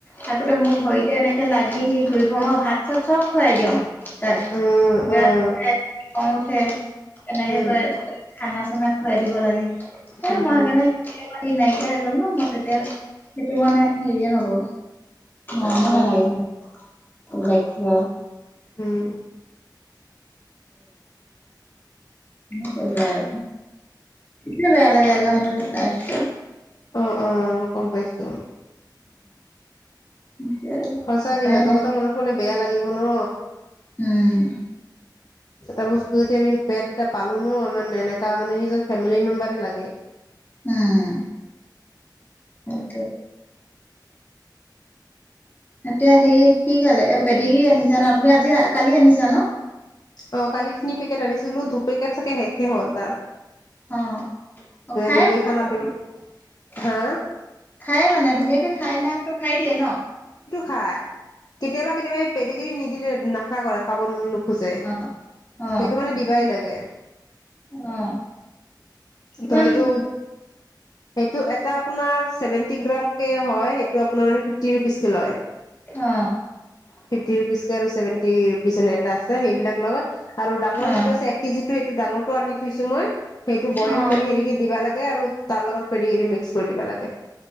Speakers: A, on the left; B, on the left.
A: থাকোতে মোক ভৰিতে এনেকে লাগি আহি ঘূৰিব মই ভাত <unintelligible> খুৱাই দিওঁ। তাত
B: উম
A: বেয়াকে
B: উম
A: খং উঠে এনেকে
B: উম
A: কৈয়ে খানা চানা খুৱাই দিব লাগে। এ
B: উম
A: মই
B: হম
A: সেইকাৰণে <unintelligible> নাইকিয়া <unintelligible> তেতিয়া সেইটো মানে হেৰিয়ে নকওঁ মৰমো
B: আচ্ছা
A: নালাগে মোক লাইক <inaudible>
B: উম
A: মোক কৈ যায় সিটোৱে বেয়া লাগে <inaudible> <inaudible> লাইফটো
B: অ অ গম পাইছো
A: উম এতিয়া
B: সঁচাই
A: উপায়
B: দে সিহতৰ
A: নাই
B: কথা মনত পৰলে বেয়া লাগিব ন
A: উম
B: এটা বস্তু যেতিয়া আমি পেট এটা পালো ন ইমান এনেকা মানে নিজৰ ফেমিলি মেম্বাৰ লাগে
A: উম সেইটোৱে এতিয়া সেই কি খালে পেদিগীৰি আনিছা ন তুমি আজি কালি আনিছা ন
B: অ কালি তিনি পেকেট আনিছিলো দু পেকেট চাগে শেষে হ'ল তাৰ
A: অ অ খায়
B: ডেইলি
A: মানে
B: খানাত দিবলৈ
A: <inaudible>
B: হা
A: খায় মানে ধুনীয়াকে খাই না টো খাই দিয়ে ন
B: খায় কেতিয়াবা কেতিয়াবা পেটেগিৰি নিদিলে নাখা কৰা খাব নোখোজে
A: অ অ
B: সেইটো মানে দিবাই লাগে
A: অ কিমান
B: ত সেইটো সেইটো এটা আপোনাৰ সেৱেন্তি গ্ৰাম কে হয় সেইটো আপোনাৰ মানে ফিফটি ৰূপিছ কে লয়
A: অ
B: ফিফটি ৰুপিছকে আৰু ছেভেণ্টি পিছেনেত আছে সেইবিলাক লগত আৰু ডাঙৰ
A: অ
B: যিটো আছে এক কেজিটো সেইটো ডাঙৰটো আনি। থুইছো মই। সেইটো বইল
A: অ
B: কৰি হেৰিক দিবা লাগে আৰু। তাৰ লগত পেৰি গিৰি মিক্স কৰি দিবা লাগে।